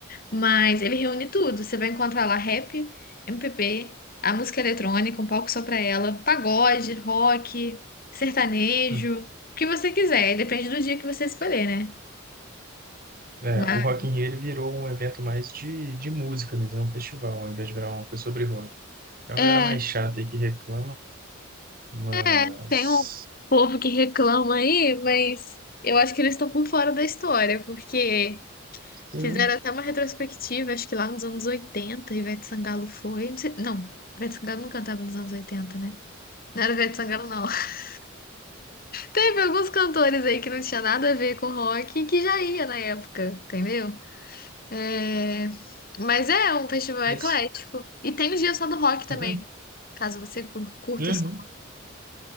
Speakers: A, on the left; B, on the right.
A: Mas ele reúne tudo. Você vai encontrar lá rap, MPB, a música eletrônica, um palco só pra ela, pagode, rock, sertanejo,
B: Uhum.
A: o que você quiser. Depende do dia que você escolher, né?
B: É,
A: Mas...
B: o Rock in Rio ele virou um evento mais de, de música mesmo, é um festival, ao invés de virar uma coisa sobre rock. É uma
A: É,
B: galera mais chata aí que reclama, mas...
A: É, tem um povo que reclama aí, mas eu acho que eles estão por fora da história, porque
B: Sim,
A: fizeram até uma retrospectiva, acho que lá nos anos 80, Ivete Sangalo foi. Não, sei- não, Ivete Sangalo não cantava nos anos oitenta né? Não era Ivete Sangalo, não. <laughs> Teve alguns cantores aí que não tinha nada a ver com rock que já ia na época, entendeu? É, Mas é um festival eclético.
B: mas...
A: E tem os dias só do rock também,
B: Uhum.
A: caso você curta
B: Uhum.
A: só.